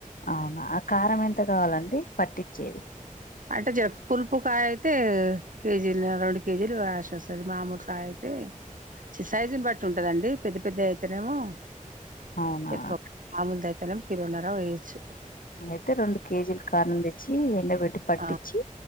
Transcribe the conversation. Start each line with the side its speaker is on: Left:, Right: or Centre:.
Left: అవునా ఆ కారం ఎంత కావాలండి పట్టిచ్చేది
Right: అంటె జె పులుపు కాయ అయితే కేజీలు రెండు కేజీలు రాషోస్తది మామూలుకాయ అయితే చి సైజును బట్టి ఉంటదండి పెద్ద పెద్ద అయితేనేమో
Left: అవునా
Right: ఎక్కువ మామూలు దైతెనేం కిలోన్నర వెయొచ్చు
Left: అయితె రెండు కేజీలు కారం తెచ్చి ఎండబెట్టి పట్టిచి
Right: ఆ